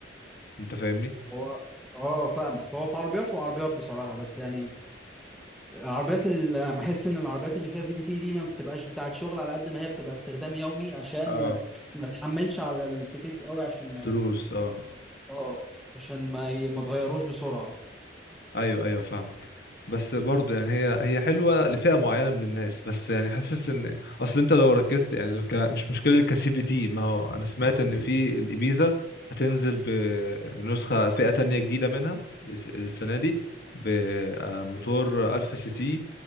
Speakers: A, on the left; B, in the centre.
A: انت فاهمني
B: هو اه فاهم هو في عربيات وعربيات بصراحة بس يعني العربيات اللي انا بحس ان العربيات اللي فيها سي في تي دي ما بتبقاش بتاعه شغل على قد ما هي بتبقى استخدام يومي عشان
A: اه
B: ما ت- ما تحملش على الفتيس قوي عشان ما
A: دروس اه
B: اه عشان ما ي- ما تغيروش بسرعة
A: ايوه ايوه فاهمك بس برضه يعني هي هي حلوه لفئه معينه من الناس بس يعني حاسس ان اصل انت لو ركزت يعني ك... مش مشكله الكسي في تي ما هو انا سمعت ان في الابيزا هتنزل بنسخه فئه تانية جديده منها الس- السنه دي بموتور 1000 سي سي